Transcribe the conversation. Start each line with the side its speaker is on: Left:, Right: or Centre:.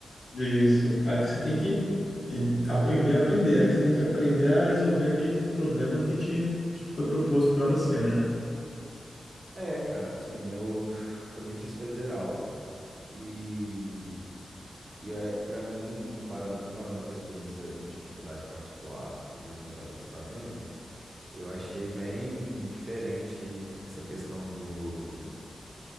Left: Isso. Aí que você tem que eh, aprender a aprender. Aí que você tem que aprender a resolver aquele problema que te que foi proposto pra você, né?
Right: É, cara, assim, eu também fiz federal e E é, para mim, compara- comparando com a experiência de faculdade particular que eu vi os meus amigos fazendo, eu achei bem diferente essa questão do.